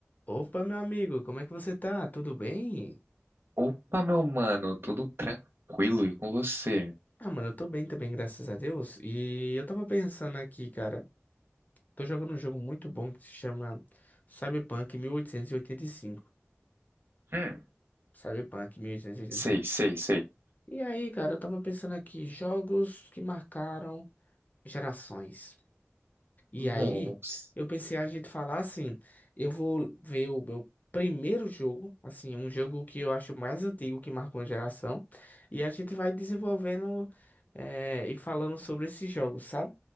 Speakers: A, on the left; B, on the right.
A: Opa, meu amigo, como é que você tá? Tudo bem?
B: Opa, meu mano, tudo tranquilo e com você?
A: Ah, mano, eu tô bem também, graças a Deus. E eu tava pensando aqui, cara, tô jogando um jogo muito bom que se chama Cyberpunk mil oitocentos e e oitenta e cinco.
B: Hum,
A: Cyberpunk 1885.
B: sei,
A: E oitenta e cinco.
B: sei, sei.
A: E aí, cara, eu tava pensando aqui, jogos que marcaram gerações. E
B: Nossa,
A: aí, eu pensei a gente falar assim, eu vou ver o meu primeiro jogo, assim, um jogo que eu acho mais antigo, que marcou uma geração, e a gente vai desenvolvendo eh, e falando sobre esses jogos, sabe?